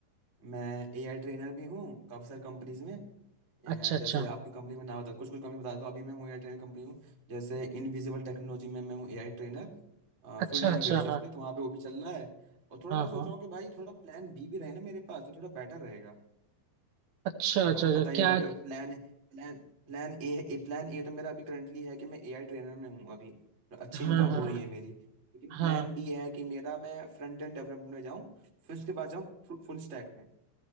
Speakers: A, on the right; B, on the right.
A: मैं एआई ट्रेनर भी हूँ काफ़ी सारी कंपनीज में अ,
B: अच्छा अच्छा
A: जैसे आपकी कंपनी में नाम बता कुछ कुछ कंपनी बता दो अभी मैं हूँ एआई ट्रेनर कंपनी हूँ जैसे इनविजिबल टेक्नोलॉजी में मैं हूँ AI trainer
B: अच्छा
A: full time
B: अच्छा
A: basis
B: हाँ
A: पे तो वहाँ पे वो भी चल रहा है और थोड़ा
B: हाँ
A: मैं सोच
B: हाँ
A: रहा हूँ कि भाई थोड़ा प्लान बी भी रहे ना मेरे पास तो थोड़ा बेटर रहेगा
B: अच्छा
A: जैसे
B: अच्छा
A: आपको
B: अच्छा
A: पता ही
B: क्या
A: होगा कि plan plan plan A A plan A तो मेरा अभी करंटली है कि मैं एआई ट्रेनर में हूँ अभी तो अच्छी
B: हाँ
A: इनकम हो
B: हाँ
A: रही है मेरी लेकिन
B: हाँ
A: प्लान बी है कि मेरा मैं फ्रंट एंड डेवलपमेंट में जाऊँ फिर उसके बाद जाऊँ फुल स्टैक में